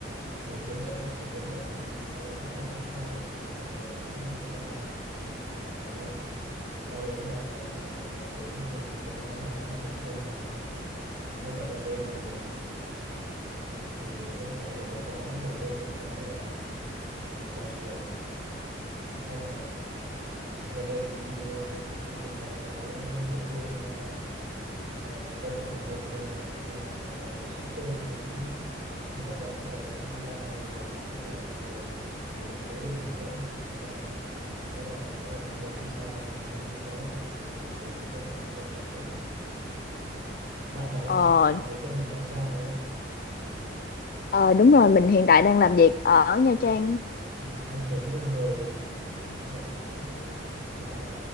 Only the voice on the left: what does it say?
Ờ,
ờ, đúng rồi, mình hiện tại đang làm việc ở Nha Trang